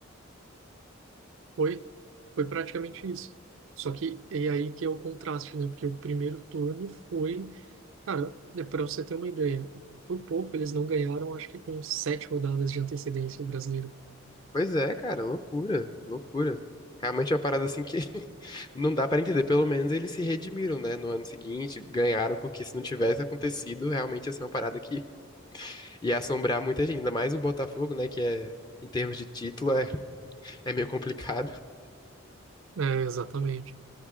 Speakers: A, on the right (about 70°); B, on the left (about 20°).
A: Foi, foi praticamente isso. Só que é aí que é o contraste, né? Porque o primeiro turno foi, cara, é para você ter uma ideia, por pouco eles não ganharam, acho que com sete rodadas de antecedência o brasileiro.
B: Pois é, cara, loucura, loucura. Realmente é uma parada assim que <laughs> não dá pra entender. Pelo menos eles se redimiram, né, no ano seguinte, ganharam, porque se não tivesse acontecido, realmente ia ser uma parada que ia assombrar muita gente. Ainda mais o Botafogo, né, que é, em termos de título, é, é meio complicado. <laughs>
A: É, exatamente.